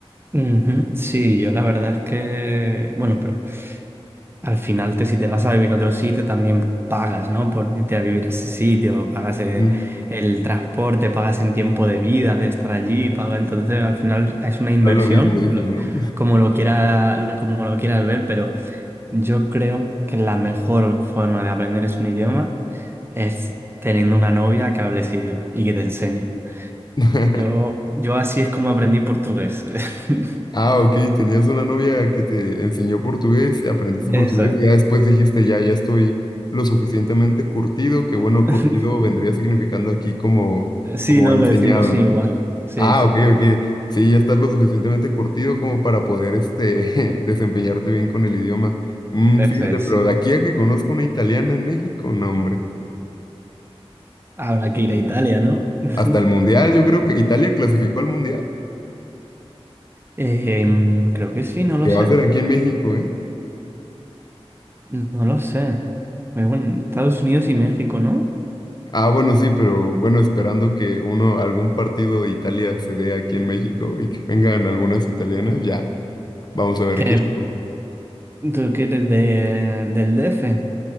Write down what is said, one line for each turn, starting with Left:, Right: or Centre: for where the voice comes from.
Right: ujú. Sí, yo la verdad es que, bueno, pero... Al final, te, si te vas a vivir a otro sitio, también pagas, ¿no? Por irte a vivir a ese sitio, pagas eh,
Left: Mm,
Right: el transporte, pagas en tiempo de vida, de estar allí, pagas Entonces, al final es una inversión,
Left: Claro. Lo mismo dices,
Right: lo-
Left: ¿no?
Right: como lo quiera, lo- como lo quieras ver, pero yo creo que la mejor forma de aprender es un idioma es teniendo una novia que hable ese idioma y que te enseñe.
Left: <laughs>
Right: Yo, yo así es como aprendí portugués. <laughs>
Left: Ah, ok, tenías una novia que te enseñó portugués, aprendiste
Right: Eso
Left: portugués
Right: es.
Left: y ya después dijiste, ya, ya estoy lo suficientemente curtido, que bueno,
Right: <laughs>
Left: curtido vendría significando aquí como,
Right: Sí,
Left: como
Right: no,
Left: enseñado,
Right: lo decimos
Left: ¿no?
Right: igual. Sí,
Left: Ah,
Right: sí.
Left: ok, ok, sí, ya estás lo suficientemente curtido como para poder, este, <laughs> desempeñarte bien con el idioma. Mm,
Right: Eso
Left: fíjate,
Right: es. sí.
Left: pero de aquí a que conozco una italiana en México, no, hombre,
Right: Habrá que ir
Left: eh,
Right: a Italia, ¿no? <laughs>
Left: hasta el mundial, yo creo que Italia clasificó al mundial,
Right: Em, creo que sí, no lo
Left: que
Right: sé.
Left: va a ser aquí en México, ¿eh?
Right: No lo sé. Muy bueno, Estados Unidos y México, ¿no?
Left: Ah, bueno, sí, pero bueno, esperando que uno, algún partido de Italia se dé aquí en México y que vengan algunas italianas, ya, vamos a ver
Right: Que
Left: qué show.
Right: tú quieres de, del DF.